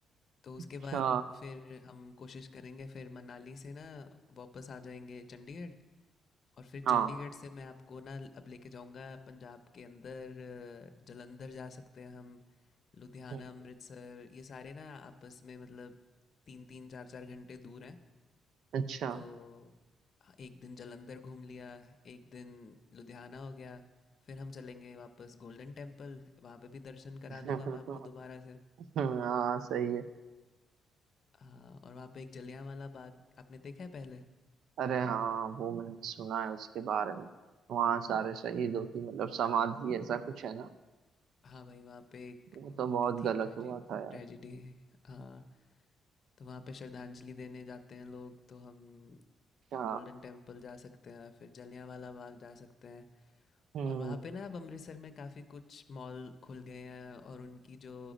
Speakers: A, on the left; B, on the right.
A: तो उसके
B: अच्छा
A: बाद फिर हम कोशिश करेंगे फिर मनाली से ना वापस आ जाएंगे चंडीगढ़ और फिर
B: हाँ
A: चंडीगढ़ से मैं आपको ना अब लेके जाऊंगा पंजाब के अंदर अ, जालंधर जा सकते हैं हम लुधियाना
B: हम्म,
A: अमृतसर ये सारे ना आपस में मतलब तीन तीन चार चार घंटे दूर हैं
B: अच्छा
A: तो हाँ, एक दिन जालंधर घूम लिया एक दिन लुधियाना हो गया फिर हम चलेंगे वापस गोल्डन टेम्पल वहाँ पे भी दर्शन
B: <laughs>
A: करा दूंगा मैं आपको दोबारा से
B: हाँ सही है
A: हाँ और वहाँ पे एक जलियांवाला बाग आपने देखा है पहले
B: अरे हाँ वो मैंने सुना है उसके बारे में वहाँ सारे शहीदों की मतलब समाधि ऐसा कुछ है ना
A: हाँ भाई वहाँ पे एक
B: वो तो
A: होगी
B: बहुत
A: थी
B: गलत
A: ट्रेजेडी
B: हुआ था यार
A: ट्रेजेडी हाँ तो वहाँ पे श्रद्धांजलि देने जाते हैं लोग तो हम
B: अच्छा
A: गोल्डन टेम्पल जा सकते हैं फिर जलियांवाला बाग जा सकते हैं
B: हम्म
A: और वहाँ पे ना अब अमृतसर में काफ़ी कुछ मॉल खुल गए हैं और उनकी जो